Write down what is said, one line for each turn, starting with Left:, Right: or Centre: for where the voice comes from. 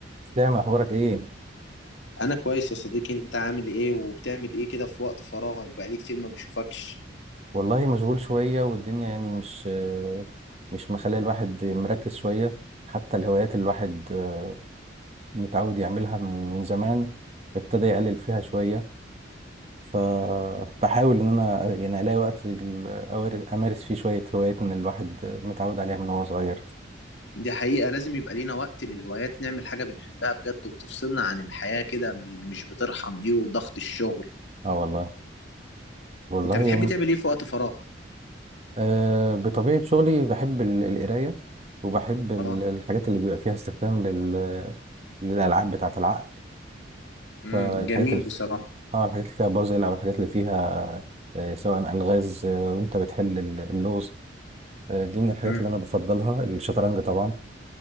Right: اسلام اخبارك ايه
Left: انا كويس يا صديقي انت عامل ايه وبتعمل ايه كده في وقت فراغك بقالي كتير ما بشوفكش
Right: والله مشغول شويه والدنيا يعني مش مش مخليه الواحد مركز شويه حتى الهوايات اللي الواحد آه، متعود يعملها من من زمان ابتدى يقلل فيها شويه فبحاول ان انا يعني الاقي وقت ال- أوار- امارس فيه شويه هوايات من الواحد متعود عليها من وهو صغير
Left: دي حقيقة لازم يبقى لينا وقت للهوايات نعمل حاجة بنحبها بجد وتفصلنا عن الحياة كده من اللي مش بترحم دي وضغط الشغل
Right: اه والله والله
Left: انت بتحب
Right: يعني
Left: تعمل ايه في وقت فراغك
Right: آه، بطبيعه شغلي بحب ال- القرايه وبحب ال-
Left: اه
Right: الحاجات اللي بيبقى فيها استخدام لل للألعاب بتاعة العقل
Left: امم
Right: فالحاجات
Left: جميل
Right: اللي في...
Left: بصراحة
Right: اه الحاجات اللي فيها بازل او الحاجات اللي فيها آه، سواء الغاز آه، وانت بتحل ال- اللغز آه، دي من الحاجات
Left: امم
Right: اللي انا بفضلها الشطرنج طبعا